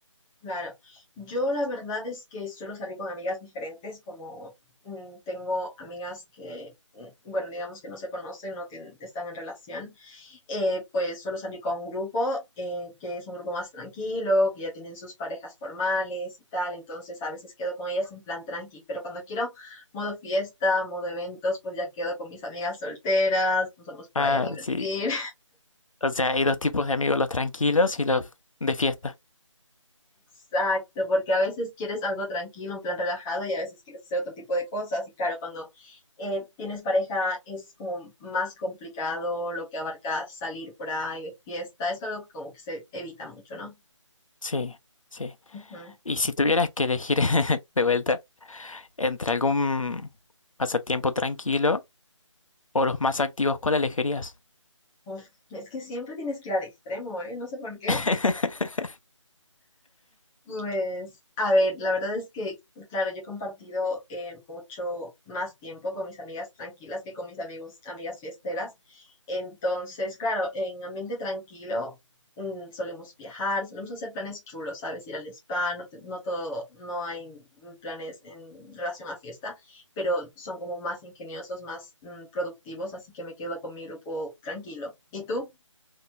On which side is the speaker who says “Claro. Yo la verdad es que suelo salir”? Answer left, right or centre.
Centre